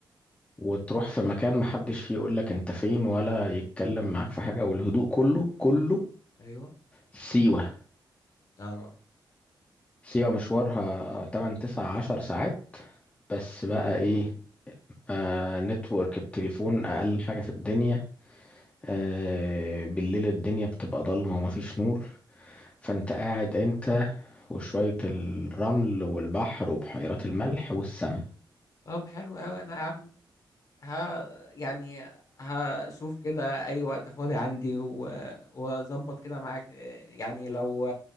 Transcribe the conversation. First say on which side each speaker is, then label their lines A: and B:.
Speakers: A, on the left; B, on the left.
A: وتروح في مكان محدش فيه يقولك انت فين ولا يتكلم معاك في حاجة والهدوء كله كله
B: ايوه
A: سيوة
B: اه
A: سيوة مشوارها 8 9 10 ساعات بس بقى ايه آه نتورك التليفون اقل حاجة في الدنيا آه بالليل الدنيا بتبقى ضلمة ومفيش نور فانت قاعد انت وشوية الرمل والبحر وبحيرات الملح والسماء
B: طب حلو قوي انا يا عم ها يعني هشوف كده اي وقت فاضي عندي و- واظبط كده معاك يعني لو